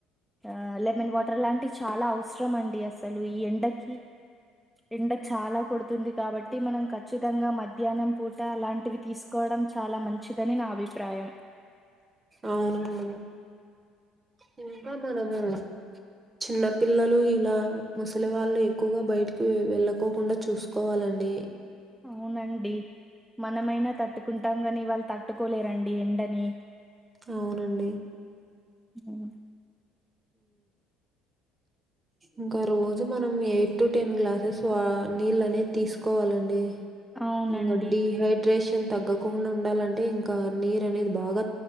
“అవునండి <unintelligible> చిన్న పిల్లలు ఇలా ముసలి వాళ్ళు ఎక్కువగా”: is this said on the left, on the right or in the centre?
Right